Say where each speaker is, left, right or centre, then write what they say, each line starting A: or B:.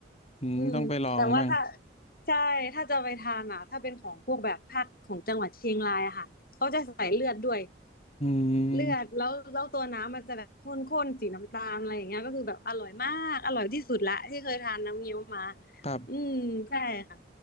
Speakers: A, on the left (about 35°); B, on the left (about 50°).
A: อืมต้องไปลองมั่ง
B: อืมแต่ว่าถ้าใช่ถ้าจะไปทานอะถ้าเป็นของพวกแบบภาคของจังหวัดเชียงรายอะค่ะเขาจะใส่เลือดด้วย
A: อื
B: เลือดแล้วแล้วตัวน้ำมันจะแบบข้นๆสีน้ำตาลอะไรอย่างเงี้ยก็คือแบบอร่อยมากอร่อยที่สุดละที่เคยทานน้ำเงี้ยวมา
A: ม ครับ
B: อืมใช่ค่ะ